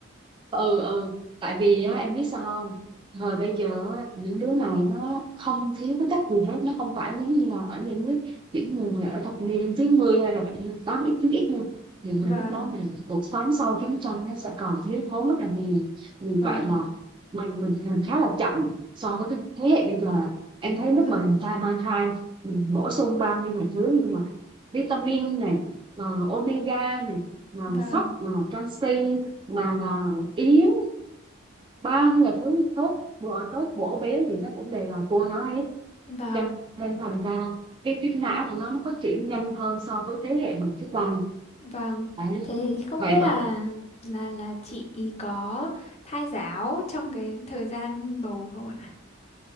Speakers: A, on the right; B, on the left.
A: ừ ừ tại vì á em biết sao không thời bây giờ á, những đứa này nó không thiếu cái cách gì hết nó không phải giống như là ở những nước những người mà ở thập niên chín mươi hay là thập niên tám x chín x luôn thì mình
B: vàng
A: lúc đó mình cuộc sống sau chiến tranh nó sẽ còn thiếu thốn rất là nhiều vì
B: vàng
A: vậy là mình mình mình khá là chậm so với cái thế hệ bây giờ em
B: đúng
A: thấy lúc
B: rồi
A: mà mình thai mang thai mình bổ sung bao nhiêu là thứ như là vitamin này rồi omega này là
B: vàng
A: sắt là canxi mà là yến bao nhiêu là thứ tốt bữa tốt bổ béo thì nó cũng đều là cua nó hết
B: vàng
A: cho nên thành ra cái cái não của nó nó phát triển nhanh hơn so với thế hệ mình trước đây
B: Vâng,
A: đấy
B: thế không
A: vậy
B: biết là
A: mà
B: là là chị có thai giáo trong cái thời gian bầu không ạ?